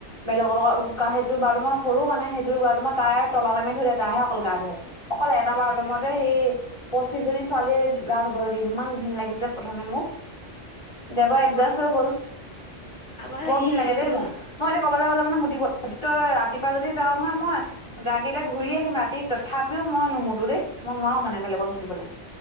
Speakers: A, on the left; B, on the left.
A: বেলেগৰ লগত, উম, কা সেইটো বাটৰুমৰ সৰু মানে সেইটো বাটৰুমত তাই তলা মাৰি মাৰি থৈ দিয়ে। তাইহে অকল গা ধুৱে। অকল এটা
B: ইচ
A: বাটৰুমতে
B: ৰাম
A: সি পঁচিশ জনী ছোৱালীয়ে গা ধুব লাগে ইমান ঘিণ লাগিছিলে প্ৰথমে মোক। এতিয়া বাৰু
B: আমাৰ
A: এডজাষ্ট হৈ গ'ল।
B: আমাৰ
A: বৰ
B: হেৰি
A: ঘিণ লাগে
B: এইটো
A: দেই
B: কি
A: মোক, মই এতিয়া ক'বলৈ গ'লে মানে মুতিব তই ৰাতিপুৱা যদি যাওঁ নহয় মই, লাগিলে ঘূৰি আহিম ৰাতি তথাপিও মই নুমোতো দেই, মই নোৱাৰো মানে বেলেগত মুতিবলৈ।